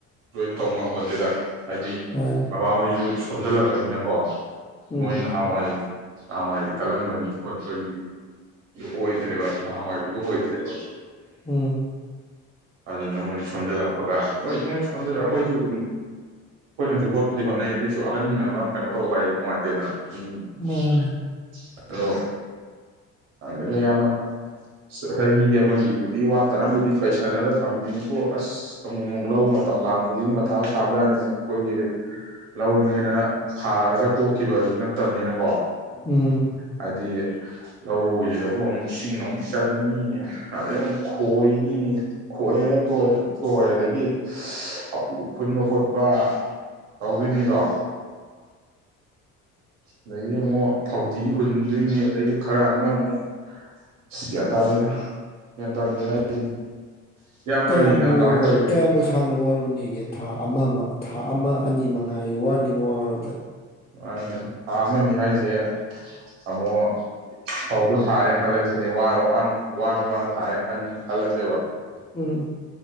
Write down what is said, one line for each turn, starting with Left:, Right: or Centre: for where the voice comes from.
Right: ꯂꯣꯏ ꯇꯧꯕ ꯉꯝꯄꯣꯠꯇꯦꯗ ꯍꯥꯏꯗꯤ
Left: ꯃꯥꯅꯤ
Right: ꯕꯕꯥꯍꯣꯏꯁꯨ ꯁꯣꯟꯖꯜꯂꯛꯄꯅꯤꯅꯀꯣ
Left: ꯎꯝ
Right: ꯃꯣꯏ ꯅꯍꯥꯟꯋꯥꯏ ꯀꯥ ꯍꯥꯏꯗꯤ ꯀꯜꯂꯝꯕꯒꯤ ꯈꯣꯠꯄꯒꯤ ꯑꯗꯨ ꯑꯣꯏꯗ꯭ꯔꯦꯕ ꯅꯍꯥꯟꯋꯥꯏꯕꯤꯗꯨꯣ ꯑꯣꯏꯗ꯭ꯔꯦꯕ
Left: ꯎꯝ
Right: ꯑꯗꯨ ꯃꯅꯤ ꯁꯣꯟꯖꯜꯂꯛꯄꯒ ꯍꯣꯏ ꯃꯣꯏ ꯁꯣꯟꯖꯜꯂꯛ ꯑꯩꯈꯣꯏꯁꯨ ꯑꯗꯨꯝ ꯑꯩꯈꯣꯏꯅꯁꯨ ꯍꯣꯠꯄꯗꯤ ꯍꯣꯠꯅꯩ ꯑꯗꯨꯏꯁꯨ ꯑꯍꯟ ꯑꯃ ꯀꯩꯅꯣ ꯇꯧꯕ ꯍꯥꯏꯁꯨ ꯅꯨꯡꯉꯥꯏꯇꯦꯗꯅ ꯎꯝ
Left: ꯃꯥꯅꯤ
Right: ꯑꯗꯣꯪꯅꯌꯥꯝꯕ ꯆꯍꯤ ꯑꯃꯒꯤꯕꯨꯗꯤ ꯋꯥꯠꯇꯅꯕꯨꯗꯤ ꯄꯩꯁꯥ ꯈꯜꯂꯒ ꯊꯝꯃꯦꯕꯨ ꯑꯁ ꯑꯃꯨꯛ ꯑꯃꯨꯛ ꯂꯧ ꯃꯇꯝ ꯂꯥꯡꯄꯒꯤ ꯃꯊꯥ ꯁꯥꯕꯖꯥꯠꯅꯤꯗ ꯑꯩꯈꯣꯏꯒꯤ ꯂꯧꯅꯦꯅ ꯊꯥꯔꯒ ꯇꯣꯛꯈꯤꯕꯗꯨ ꯅꯠꯇ ꯀ
Left: ꯎꯝ
Right: ꯍꯥꯏꯗꯤ ꯂꯧꯁꯤꯗꯧꯕ ꯑꯃꯨꯛ ꯏꯁꯤꯡ ꯑꯃꯨꯛ ꯆꯟꯅꯤ ꯑꯗꯩ ꯑꯃꯨꯛ ꯈꯣꯏꯅꯤ ꯈꯣꯛꯑꯦ ꯇꯣꯛꯑꯦ ꯇꯣꯛꯑꯦ ꯑꯗꯒꯤꯄꯨ ꯈꯨꯟꯕ ꯈꯣꯠꯄ ꯇꯧꯗꯣꯏꯅꯤꯗꯣ ꯑ ꯑꯗꯒꯤ ꯑꯃꯨꯛ ꯐꯧꯗꯤ ꯍꯨꯟꯗꯣꯏꯅꯤ ꯑꯗꯒꯤ ꯈꯔ ꯑꯃꯅ ꯑꯃꯨꯛ ꯑꯁ ꯒ꯭ꯌꯥꯟ ꯇꯥꯗꯦꯗ ꯒ꯭ꯌꯥꯟ ꯇꯥꯗꯦ ꯍꯥꯏꯁꯦ ꯏꯌꯥꯝꯕꯒꯤꯅ
Left: ꯀꯌꯥꯝꯕꯨ
Right: ꯀꯃꯥꯏꯅ ꯇꯧꯔꯤꯒꯦ
Left: ꯀꯌꯥꯝꯕꯨ ꯁꯥꯡꯅ ꯋꯥꯔꯨꯅꯤꯒꯦ ꯊꯥ ꯑꯃ ꯑꯃ ꯊꯥ ꯑꯃ ꯑꯅꯤ ꯃꯉꯥꯏ ꯋꯥꯅꯤꯅ ꯋꯥꯔꯕꯗ
Right: ꯃꯥ ꯊꯥ ꯑꯃꯅꯤ ꯍꯥꯏꯁꯦ ꯁ ꯑꯃꯕꯨ ꯐꯧꯗꯨ ꯊꯥꯔꯦꯅ ꯈꯜꯂꯁꯤꯅꯦ ꯋꯔꯦ ꯋꯥꯅ ꯋꯔꯁꯨ ꯋꯥꯅ ꯊꯥꯔꯦꯅ ꯈꯜꯂ ꯈꯜꯂꯁꯦꯕ
Left: ꯎꯝ